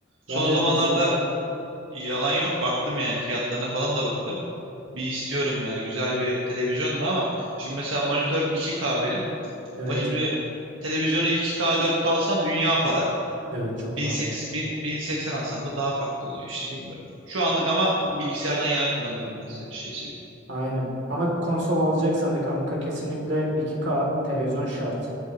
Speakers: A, on the right; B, on the right.
A: Son
B: bence
A: zamanlarda
B: bilgisayar
A: yalan yok. Baktım yani fiyatlarına falan da baktım. Bir istiyorum yani güzel bir televizyon da ama şimdi mesela monitör 2K benim.
B: evet
A: Ama şimdi televizyonu 2K 4K alsan dünya para.
B: evet çok
A: 1080,
B: pahalı.
A: 1000 1080 alsam da daha farklı oluyor işte bilmiyorum. Şu anlık ama bilgisayardan yana kullanıyorum ben se- şey
B: Aynen. Ama konsol alacaksan da kanka kesinlikle 2K televizyon şart.